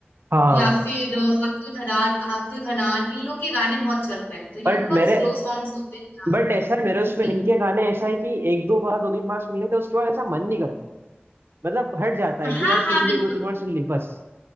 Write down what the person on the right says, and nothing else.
हाँ
बट
मेरे
बट ऐसा
है मेरे उसमें
इनके गाने ऐसा है कि एक दो बार दो तीन बार सुन लेते हैं, उसके बाद ऐसा मन नहीं करता मतलब हट जाता
है एक दो बार सुन
ली दो तीन बार सुन ली बस